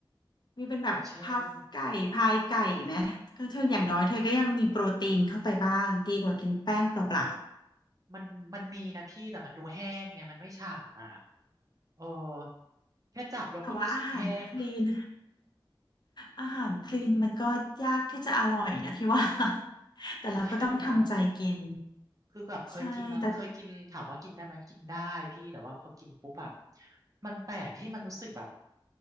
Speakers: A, on the left (about 55°); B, on the right (about 40°).
A: มีเป็นแบบพัฟไก่พายไก่ไหมก็เธออย่างน้อยเธอก็ยังมีโปรตีนเข้าไปบ้างดีกว่ากินแป้งเปล่า
B: อย่างเช่นมันมันมีนะพี่แต่มันดูแห้งไงมันไม่ฉ่ำอ่ะเออแค่จับแล้วก็รู้สึกแห้ง
A: ๆแต่ว่าอาหารคลีน อาหารคลีนมันก็ยากที่จะอร่อยนะพี่ว่า <laughs>
B: <laughs>
A: แต่เราก็ต้องทำใจกิน
B: ใช่ไหม คือแบบเคยกินนะเคยกินถามว่ากินได้ไหมกินได้พี่แต่ว่าพอกินปุ๊บอะ
A: ใช่แต่
B: มันแปลกที่มันรู้สึกแบบ